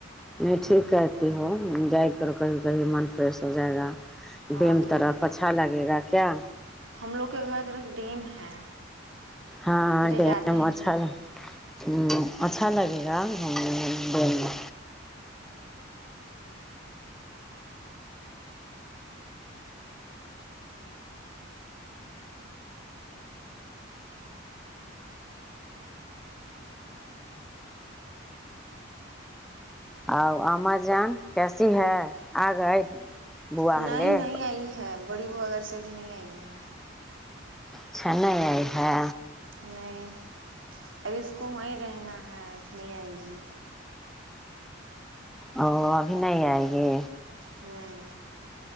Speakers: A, in the centre; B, on the right (about 70°).
A: نہیں ٹھیک کہتی ہو جائے کرو کبھی کبھی من فریش ہو جائے گا
B: ہاں
A: بم
B: تھوڑا
A: طرف
B: تھوڑا
A: اچھا لگے گا کیا
B: ہم لوگ کے گھر طرف ڈیم ہے
A: ہاں
B: ادھرے
A: ڈیم
B: جاتے ہیں
A: اچھا
B: گھومنے
A: ہے نہ ہمم اچھا لگے گا گھومنے دونوں اور اماجان کیسی ہے آ گئے بوا
B: نہیں
A: لے
B: نہیں آئی ہے بڑی بوا گھر سے ابھی نہیں آئی ہے
A: اچھا نہیں آئے ہے
B: نہیں ابھی اس کو وہیں رہنا ہے ابھی نہیں آئے گی
A: او ابھی نہیں آئے گے
B: نہیں